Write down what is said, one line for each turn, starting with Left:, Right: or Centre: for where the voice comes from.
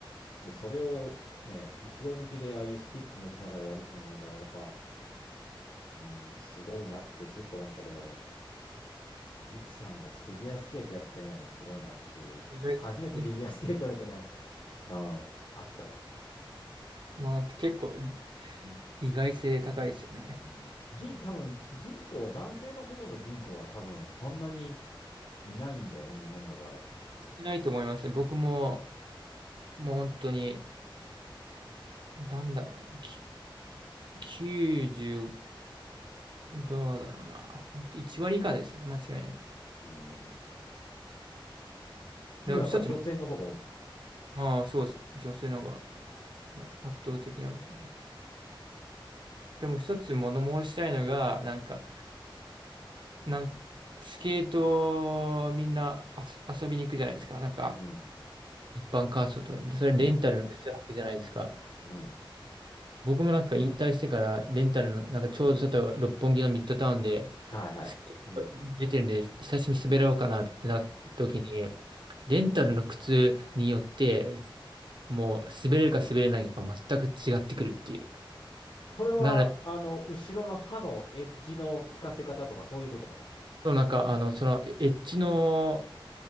Left: で、それをね、後ろ向きでああいうスティック持ちながらやるっていうのもなんかやっぱ、うん、すごいなってずっと思ってたけども、ゆきさんがフィギュアスケートやってるのもすごいなっていう、
Right: 意外性ね、
Left: 初めてフィギュアスケートの人にあ、ああったよ。
Right: まあ結構意外性高いですよね。
Left: うん、人、多分人口、男性の方の人口は多分そんなにいないんだよね、日本の場合は。
Right: 少ないと思いますね。僕ももう本当になんだろうな、き90、どうだろうな。ほん1割以下ですよね、間違いなく。
Left: うん。でもやっぱり女性の方が多い。
Right: でも一つ、まあそうです。女性の方が、まあ、圧倒的に多いですね。でも一つ物申したいのが、なんか、なんかスケートみんな遊遊びに行くじゃないですか。なんか、
Left: うん、
Right: 一般カーストとかで、それレンタルの靴履くじゃないですか。
Left: うん、うん。
Right: 僕もなんか引退してからレンタルの、なんかちょうどちょっと六本木のミッドタウンで、
Left: はいはい。
Right: す
Left: うん。
Right: 出てるんで、久しぶりに滑ろうかなってなった時に、
Left: うんうん
Right: レンタルの靴によって、もう滑れるか滑れないかが全く違ってくるっていう。
Left: それは、
Right: なので、
Left: あの、後ろの歯のエッジの効かせ方とかそういうことかな。
Right: そうなんか、あの、そのエエッジの